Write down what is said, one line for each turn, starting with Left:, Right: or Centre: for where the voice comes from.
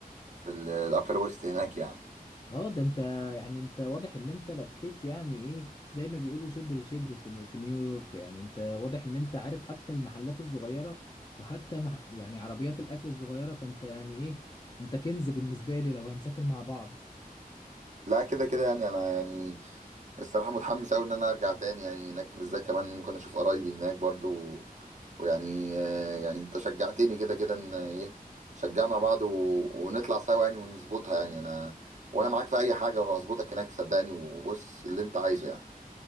Right: في الابر ويست هناك يعني
Left: اه ده انت يعني انت واضح ان انت لفيت يعني ايه زي ما بيقولوا شبر شبر في في نيويورك يعني انت واضح ان انت عارف حتى المحلات الصغيرة وحتى مح يعني عربيات الاكل الصغيرة فانت يعني ايه انت كنز بالنسبة لي لو هنسافر مع بعض
Right: لا كده كده يعني انا يعني الصراحة متحمس أوي إن أنا أرجع تاني يعني هناك بالذات كمان ممكن أشوف قرايبي هناك برضو و- ويعني آه، يعني أنت شجعتني كده كده إن إيه شجعنا بعض و... ونطلع سوا يعني ونظبطها يعني أنا وأنا معاك في أي حاجة وهظبطك هناك صدقني وبص اللي أنت عايزه يعني